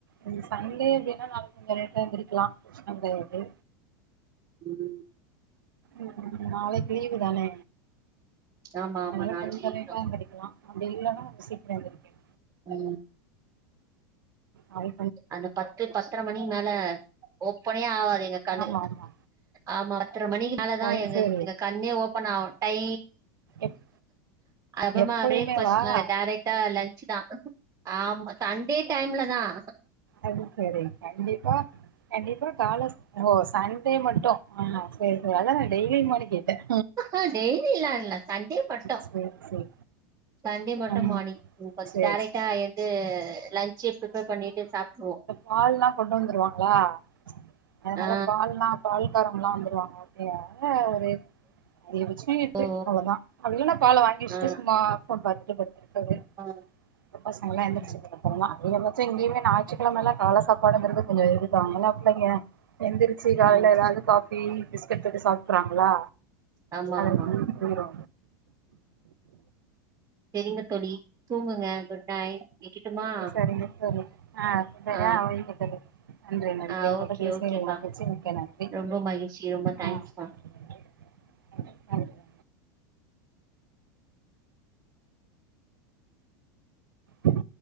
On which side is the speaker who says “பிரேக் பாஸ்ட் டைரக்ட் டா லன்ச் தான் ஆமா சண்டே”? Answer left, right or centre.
Right